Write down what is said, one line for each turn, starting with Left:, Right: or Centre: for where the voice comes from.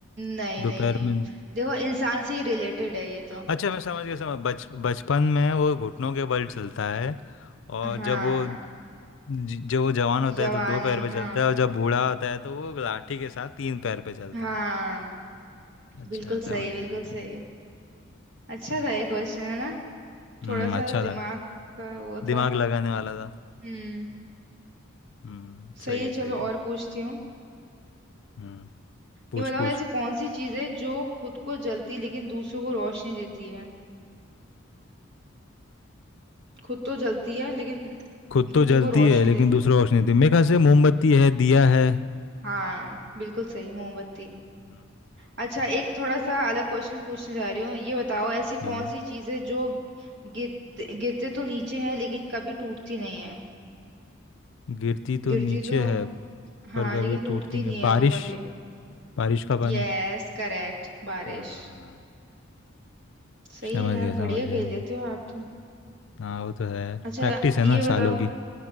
Right: नहीं नहीं
Left: दोपहर
Right: नहीं
Left: में
Right: देखो इंसान से ही रिलेटेड है ये तो
Left: अच्छा मैं समझ गया समझ बच बचपन में वो घुटनों के बल चलता है और
Right: हाँ
Left: जब वो ज- जो वो जवान होता
Right: जवानी
Left: है तो दो पैर पे
Right: हाँ
Left: चलता है और जब बूढ़ा होता है तो वो लाठी के साथ तीन पैर पे चलता
Right: हाँ
Left: है अच्छा
Right: बिल्कुल
Left: समझ
Right: सही
Left: गया
Right: बिल्कुल
Left: समझ गया। हम्म
Right: सही अच्छा
Left: समझ
Right: था
Left: गया
Right: ये
Left: समझ
Right: क्वेश्चन
Left: गया।
Right: है ना
Left: हम्म
Right: थोड़ा सा
Left: अच्छा
Right: दिमाग
Left: था
Right: का वो
Left: दिमाग
Right: था
Left: लगाने वाला था
Right: हम्म
Left: हम्म
Right: सही
Left: सही
Right: है
Left: है सही
Right: चलो
Left: है
Right: और पूछती हूँ
Left: हम्म पूछ
Right: ये बताओ
Left: पूछ
Right: ऐसी कौन सी चीज़ है जो खुद को जलती लेकिन दूसरों को रोशनी देती है खुद तो जलती है लेकिन
Left: खुद तो
Right: दूसरों
Left: जलती
Right: को रोशनी
Left: है लेकिन
Right: देती
Left: दूसरों
Right: है
Left: को रोशनी देती है। मेरे ख्याल से मोमबत्ती है दिया है
Right: हाँ बिल्कुल सही मोमबत्ती
Left: हम्म,
Right: अच्छा एक थोड़ा सा अलग क्वेश्चन पूछने जा रही हूँ ये बताओ ऐसी
Left: ठीक
Right: कौन
Left: है
Right: सी चीज़ है जो गिरते गिरते तो नीचे है लेकिन कभी टूटती नहीं है
Left: गिरती तो
Right: गिरती
Left: नीचे
Right: तो
Left: है
Right: हाँ
Left: पर कभी
Right: लेकिन
Left: टूटती
Right: टूटती
Left: नहीं
Right: नहीं है
Left: बारिश
Right: वो कभी
Left: बारिश का पानी
Right: यस करेक्ट बारिश
Left: हाँ
Right: सही
Left: समझ
Right: है यार
Left: गया समझ
Right: बढ़िया खेल
Left: गया
Right: लेते हो आप तो
Left: हाँ वो तो है
Right: अच्छा
Left: प्रैक्टिस है
Right: ये
Left: ना
Right: बताओ
Left: सालों की